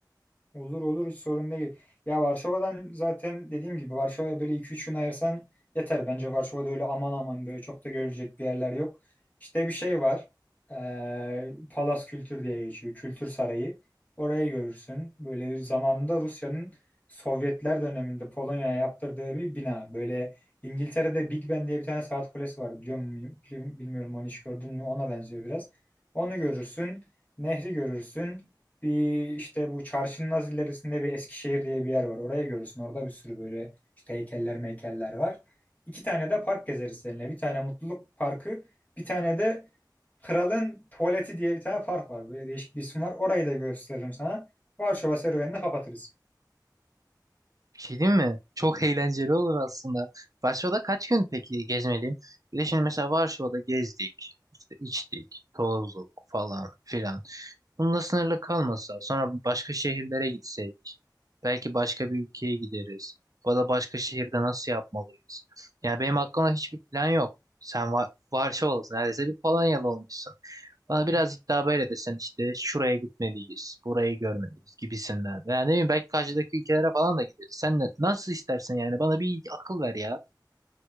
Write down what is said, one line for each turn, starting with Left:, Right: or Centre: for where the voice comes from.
Left: Olur olur hiç sorun değil. Ya Varşova'dan zaten dediğim gibi Varşova'ya böyle iki üç gün ayırsan yeter. Bence Varşova'da öyle aman aman böyle çok da görülecek bir yerler yok. İşte bir şey var. Ee, Palas Kültür diye geçiyor. Kültür Sarayı. Orayı görürsün. Böyle zamanında Rusya'nın Sovyetler döneminde Polonya'ya yaptırdığı bir bina. Böyle İngiltere'de Big Ben diye bir tane saat kulesi var. Biliyor muyum? Bilmiyorum onu hiç gördün mü? Ona benziyor biraz. Onu görürsün. Nehri görürsün. Bir işte bu çarşının az ilerisinde bir Eskişehir diye bir yer var. Oraya görürsün. Orada bir sürü böyle işte heykeller meykeller var. İki tane de park gezeriz seninle. Bir tane Mutluluk Parkı, bir tane de Kralın Tuvaleti diye bir tane park var. Böyle değişik bir isim var. Orayı da gösteririm sana. Varşova serüvenini kapatırız.
Right: Bir şey diyeyim mi? Çok <laughs> eğlenceli olur aslında. Varşova'da kaç gün peki gezmeliyim? Bir de şimdi mesela Varşova'da gezdik, işte içtik, tozduk falan filan. Bununla sınırlı kalmasa, sonra başka şehirlere gitsek, belki başka bir ülkeye gideriz. Bu da başka şehirde nasıl yapmalıyız? Yani benim aklımda hiçbir plan yok. Sen var, varşa olasın, neredeyse bir Polonyalı olmuşsun. Bana
Left: Hı hı.
Right: biraz iddia böyle desen işte şuraya gitmeliyiz, burayı görmeliyiz gibisinden. Yani ne bileyim belki karşıdaki ülkelere falan da gideriz. Sen ne- nasıl istersen yani bana bir akıl ver ya.